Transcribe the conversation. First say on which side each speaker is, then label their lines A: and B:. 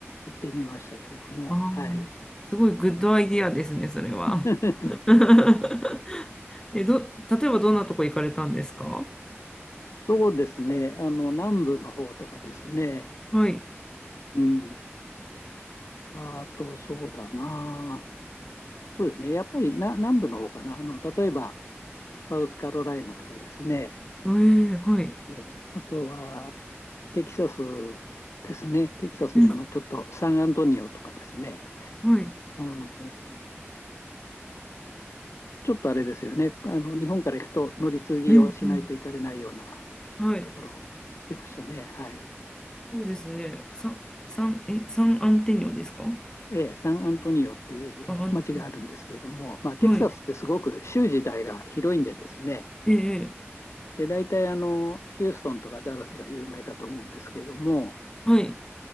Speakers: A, on the left (about 80°); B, on the left (about 15°).
A: 行ってみましたけれども、
B: ああ、
A: はい。
B: すごいグッドアイディアですね、それは。
A: <laughs>
B: <laughs> え、ど、例えばどんなとこ行かれたんですか
A: そうですね、あの、南部の方とかですね、
B: はい。
A: うん。あと、そうだな。そうですね、やっぱりな南部の方かな。あの、例えば、サウスカロライナとかですね、
B: ええ、はい。
A: えーあとは、テキサスですね。テキサスでもちょっとサンアントニオとかですね。
B: うん、はい。
A: あの、ちょっとあれですよね。あの、日本から行くと乗り継ぎをしないといかれないような
B: うん、うん、はい。
A: ところ行ってましたね。はい。
B: そうですね。さ、サン、え、サンアンテニオですか
A: ええ、サンアントニオっていう街があるんですけれども、
B: あアンテニ
A: まあ、テキサスってすごく州自体が広いんでですね。
B: オはい。ええ、ええ
A: で、大体あの、ヒューストンとかダラスが有名かと思うんですけれども、
B: はい。